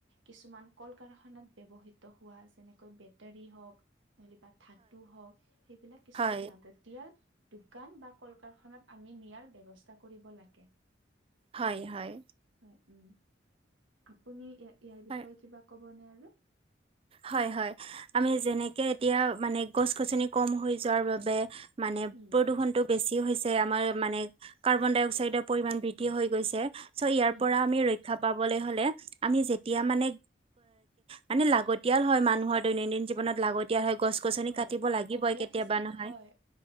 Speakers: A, on the right; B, on the right.
A: কিছুমান ক ককল কাৰখানাত ব্যৱহৃত হোৱা যেনেকৈ বেটাৰী হওক ন লবা ধাতু হওক সেইবিলাক কিছুমান
B: হয়
A: লাগতিয়াল দোকান বা কল কাৰখানাত আমি নিয়াৰ ব্য্ৱস্থা কৰিব লাগে
B: হয় হয়
A: উ আপুনি ইয়াৰ বিষয়ে
B: হয়
A: কিবা ক'বনে আৰু
B: হয় হয় আমি যেনেকে এতিয়া মানে গছ গছনি কম হৈ যোৱাৰ বাবে মানে
A: উম,
B: প্ৰদূষণতটো বেছি হৈছে আমাৰ মানে কাৰ্বন ডাই অক্সাইডৰ পৰিমণ বৃদ্ধি হৈ গৈছে চ' ইয়াৰ
A: উম,
B: পৰা আমি ৰক্ষা পাবলৈ হ'লে আমি যেতিয়া মানে মানে লাগতি তেতিয়াল হয় মানুহৰ দৈনন্দিন জীৱনত লাগতিয়াল হয় গছ গছনি
A: হয়।
B: কাটিব লাগিবই
A: অভ্যাস
B: কেতিয়াবা
A: হিচাপে
B: নহয়
A: হয়,